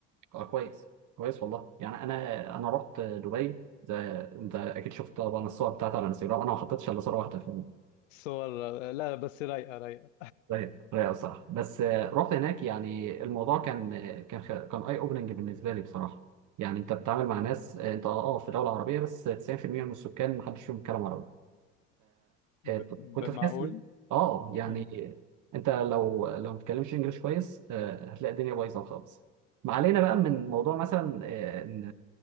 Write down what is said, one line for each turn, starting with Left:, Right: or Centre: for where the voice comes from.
Right: اه كويس كويس والله يعني انا انا رحت دبي زي انت اكيد شفت طبعا الصور بتاعتي على انستغرام انا ما حطيتش الا صوره واحده في
Left: الصور لا لا، بس رايقة رايقة
Right: زي زي الصراحه بس آه، رحت هناك يعني الموضوع كان آه، كان خ- كان اي اوبننج بالنسبه لي بصراحه يعني انت بتتعامل مع ناس آه، انت اه في دوله عربيه بس 90% من السكان ما حدش فيهم بيتكلم عربي
Left: ب-
Right: فكنت
Left: ب- معقول
Right: تحس اه يعني
Left: مم.
Right: انت لو لو ما بتتكلمش انجليش كويس آه، هتلاقي الدنيا بايظه خالص ما علينا بقى من موضوع مثلا آه، ان